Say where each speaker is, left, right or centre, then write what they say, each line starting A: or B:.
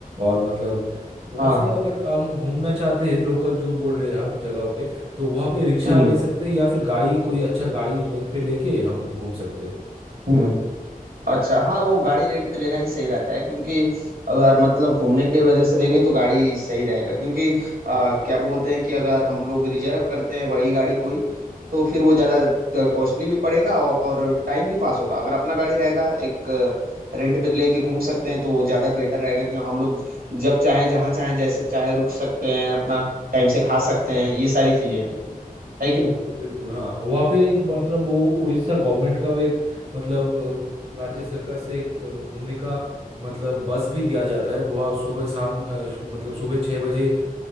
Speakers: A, on the right; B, on the right.
A: और मतलब वहाँ
B: हाँ
A: से
B: हाँ
A: अगर हम घूमना चाहते हैं लोकल जो बोल रहे हैं आप जगहों पे तो वहाँ पे रिक्शा
B: हम्म
A: ले सकते हैं या फिर गाड़ी कोई अच्छा गाड़ी रेंट पे लेके हम घूम सकते हैं
B: हम्म अच्छा हाँ वो गाड़ी रेंट पे लेना ही सही रहता है क्योंकि अगर मतलब घूमने के वजह से लेंगे तो गाड़ी सही रहेगा क्योंकि आ, क्या बोलते हैं कि अगर हम लोग रिजर्व करते हैं बड़ी गाड़ी कोई तो फिर वो ज़्यादा कॉस्टली भी पड़ेगा और टाइम भी पास होगा अगर अपना गाड़ी रहेगा एक रेंट पे लेके घूम सकते हैं तो वो ज़्यादा बेटर रहेगा कि हम लोग जब चाहें जहाँ चाहें जैसे चाहे रुक सकते हैं अपना टाइम से खा सकते हैं ये सारी चीज़ें रहती हैं है कि नहीं
A: बिल्कुल बिल्कुल, हाँ वहाँ पे एक मतलब वो उड़ीसा गवर्नमेंट का एक मतलब अ, राज्य सरकार से एक अ, घूमने का मतलब बस भी दिया जाता है वह सुबह शाम अ, शु- मतलब सुबह छः बजे अ,